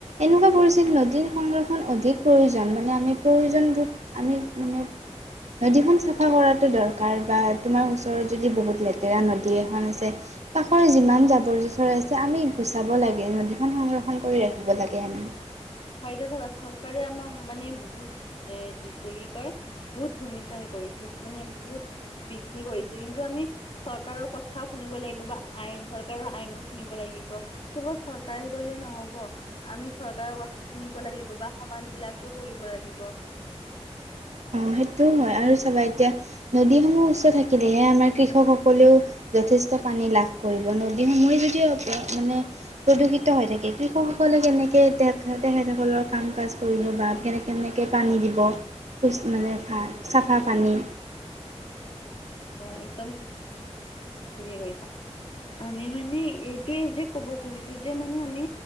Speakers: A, on the right; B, on the left.
A: এনেকুৱা পৰিছিল নদীৰ সংৰক্ষণ অধিক প্ৰয়োজন মানে আমি প্ৰয়োজন আমি মানে নদীখন চাফা কৰাটো দৰকাৰ বা তোমাৰ ওচৰত যদি বহুত লেতে লেতেৰা নদী এখন আছে, কাষৰ যিমান জাবৰ জোথ থৰ আছে আমি গুচাব লাগে নদীখন সংৰক্ষণ কৰি ৰাখিব লাগে আমি।
B: ফাইদা চাবা চৰকাৰে আমাক মানে বহুত এ কি কয় বহুত ভূমিকাই কৰিছে মানে বহুত বৃদ্ধি কৰিছে কিন্তু আমি চৰকাৰৰ কথাও শুনিব লাগিব বা আইন চৰকাৰৰ আইনো শুনিব লাগিব। কেৱল চৰকাৰে কৰিলে নহ'ব আমি চৰকাৰৰ কথা শুনিব লাগিব বা সমাজ বিলাকো কৰিব লাগিব।
A: অ' সেইটোও হয় আৰু চাবা এতিয়া নদীসমূহ উচ্চ থাকিলেহে আমাৰ কৃষকসকলেও যথেষ্ট পানী লাভ কৰিব নদী সমৰি যদি মানে প্ৰদূষিত হৈ থাকে কৃষকসকলে কেনেকৈ তেখেতসকলৰ কাম-কাজ কৰিলোঁ বা কেনে কেনেকৈ পানী দিব সু মানে ভ চাফা পানী
B: হয় একদম ঠিকে কৈছা, আমি মানে এইটোয়ে যে কব খুজিছো যে মানে আমি